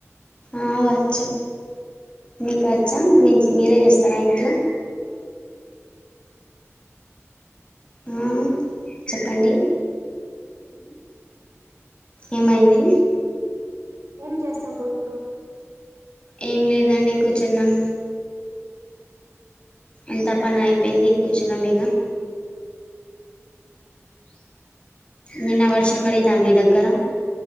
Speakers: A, on the left; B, on the right.
A: ఆ వచ్చు మీకు వచ్చా మీరే
B: ఏం
A: చేస్తారా
B: చేసిండ్రు
A: ఇంట్లో ఆ చెప్పండి
B: మ్
A: ఏమైంది
B: ఏం చేస్తండ్రు ఇప్పుడు
A: ఏం లేదండి కూర్చున్నాం అంతా పని అయిపోయింది కూర్చున్నాం ఇగ నిన్న వర్షం పడిందా మీ దగ్గర